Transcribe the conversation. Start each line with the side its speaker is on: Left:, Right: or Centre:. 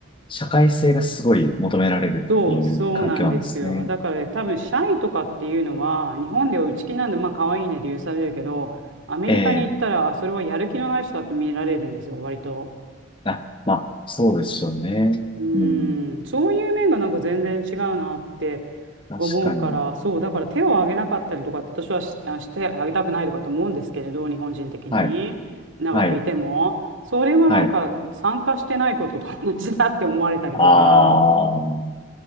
Left: 社会性がすごい求められるっていう環境なんですね。
Right: そう、そうなんですよ。だから多分、シャイとかっていうのは、日本では内気なんで、まあ、可愛いねで許されるけど、アメリカに行ったら、
Left: ええ
Right: あ、それはやる気のない人だって見られるんですよ、割と。
Left: あ、まあ、そうでしょうね。
Right: うーん、
Left: うん。
Right: そういう面がなんか全然違うなって。
Left: 確かに。
Right: 思うから、そう、だから手を挙げなかったりとか私はし、あ、してあげたくないとかと思うんですけれど、日本人的に、
Left: はい。
Right: 長くいても、
Left: はい。
Right: それはなんか参加してないことと同じだって思われたりとか、
Left: はい。ああ、